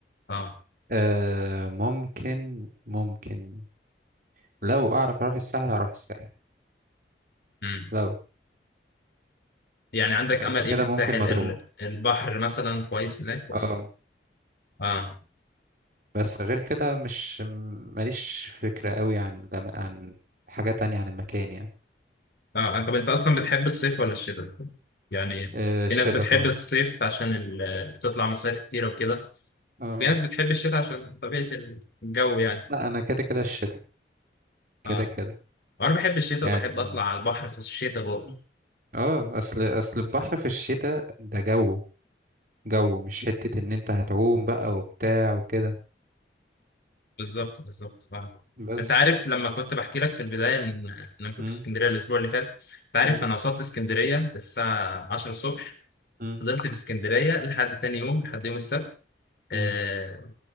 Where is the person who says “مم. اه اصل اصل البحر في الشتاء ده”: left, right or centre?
Right